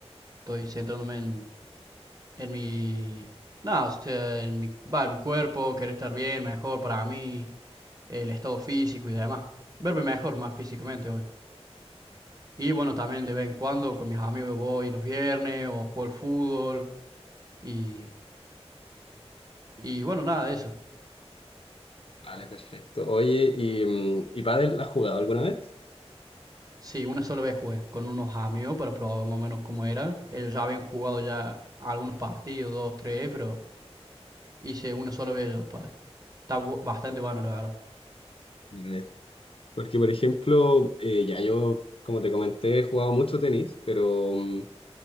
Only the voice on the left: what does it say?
Vale, perfecto. Oye, ¿y, mm, y pádel has jugado alguna vez?
Vale. Porque, por ejemplo, eh, ya yo, como te comenté, he jugado mucho tenis, pero mm,